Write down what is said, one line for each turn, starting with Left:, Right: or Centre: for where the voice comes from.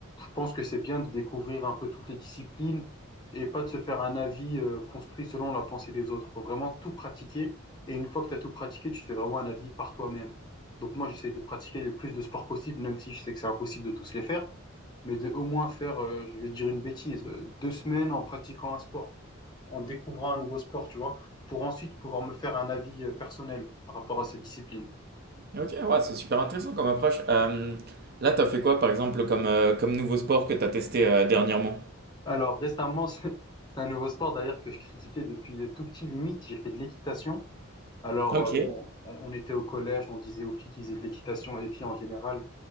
Left: pense que c'est bien de découvrir un peu toutes les disciplines et pas de se faire un avis euh, construit selon la pensée des autres. Faut vraiment tout pratiquer et une fois que tu as tout pratiqué, tu te fais vraiment un avis par toi-même. Donc moi, j'essaye de pratiquer le plus de sports possible, même si je sais que c'est impossible de tous les faire mais de au moins faire, euh, je vais te dire une bêtise, euh, deux semaines en pratiquant un sport, en découvrant un nouveau sport, tu vois, pour ensuite pouvoir me faire un avis euh, personnel par rapport à cette discipline.
Right: Ok, ouais, c'est super intéressant comme approche. Euh, là, t'as fait quoi, par exemple, comme, euh, comme nouveau sport que t'as testé euh, dernièrement?
Left: Alors récemment, <laughs> c'est c'est un nouveau sport d'ailleurs que je critiquais depuis euh, tout petit limite, j'ai fait de l'équitation. Alors
Right: Ok,
Left: euh, bon, on, on était au collège, on disait aux filles qu'ils faisaient de l'équitation et les filles en général,